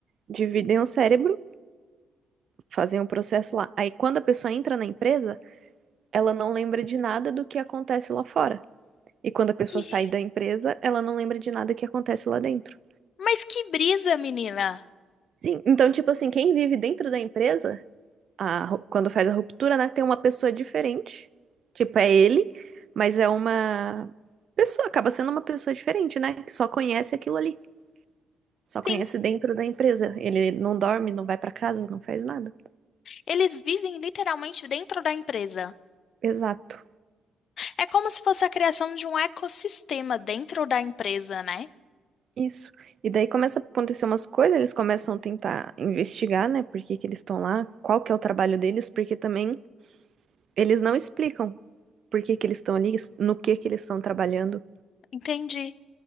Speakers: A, on the right; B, on the left.
A: dividem o cérebro. fazem um processo lá. Aí quando a pessoa entra na empresa, ela não lembra de nada do que acontece lá fora. E quando a pessoa
B: que-
A: sai da empresa, ela não lembra de nada que acontece lá dentro.
B: mas que brisa, menina!
A: Sim, então tipo assim, quem vive dentro da empresa, a quando faz a ruptura, né, tem uma pessoa diferente. Tipo, é ele, mas é uma pessoa, acaba sendo uma pessoa diferente, né, que só conhece aquilo ali. Só
B: Sim,
A: conhece dentro da empresa. Ele não dorme, não vai pra casa, não faz nada.
B: eles vivem literalmente dentro da empresa.
A: Exato.
B: É como se fosse a criação de um ecossistema dentro da empresa, né?
A: Isso. E daí começa a acontecer umas coisas, eles começam a tentar investigar, né? Por que que eles estão lá, qual que é o trabalho deles, porque também eles não explicam por que que eles estão ali, no que que eles estão trabalhando.
B: Entendi.